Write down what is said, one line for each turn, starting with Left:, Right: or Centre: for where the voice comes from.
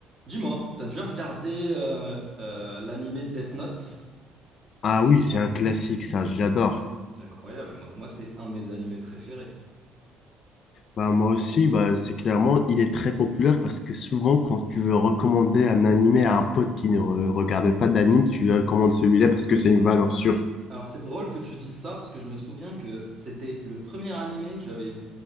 Right: Dis-moi, t'as déjà regardé euh, euh, l'animé Death Note?
Left: Ah oui, c'est un classique, ça, j'adore.
Right: C'est incroyable, moi, moi, c'est un de mes animés préférés.
Left: Bah, moi aussi, bah, c'est clairement, il est très populaire parce que souvent, quand tu veux recommander un animé à un pote qui ne re- regarde pas d'anime, tu lui recommandes celui-là parce que c'est une valeur sûre.
Right: Alors c'est drôle que tu dis ça parce que je me souviens que c'était le premier animé que j'avais